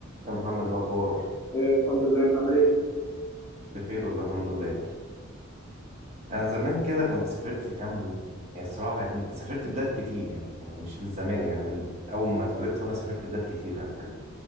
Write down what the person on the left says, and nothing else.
آه، الحمد لله انت عامل ايه؟